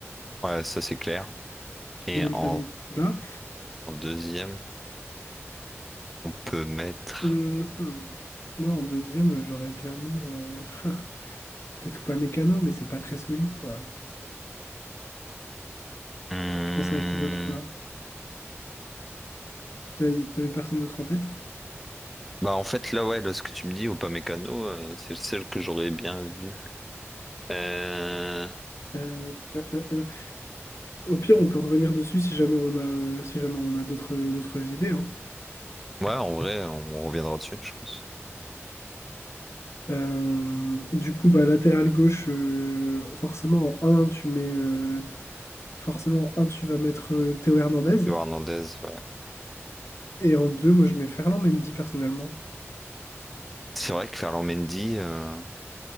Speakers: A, in the centre; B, on the left (about 70°).
A: Ouais, ça c'est clair. Et
B: William
A: en
B: Saliba.
A: en deuxième. On peut mettre.
B: Hum, hum. Moi, en deuxième, euh, j'aurais bien mis. euh, <laughs> C'est tout pas mécano, mais c'est pas très solide, quoi.
A: Hum,
B: Tu pensais à qui d'autre, toi? T'as- T'avais personne d'autre en tête?
A: Bah en fait là ouais là ce que tu me dis ou pas mécano euh, c'est celle que j'aurais bien vue. Euh,
B: Euh, euh, euh, euh. Au pire, on peut revenir dessus si jamais on a, euh, si jamais on a d'autres, d'autres idées, hein.
A: Ouais en vrai on reviendra dessus je pense.
B: Euh, du coup, bah, latéral gauche, euh, forcément en 1, tu mets euh, forcément en 1, tu vas mettre euh, Théo Hernandez.
A: Théo Hernandez ouais.
B: Et en 2, moi je mets Ferland Mendy personnellement.
A: C'est vrai que Ferland Mendy euh,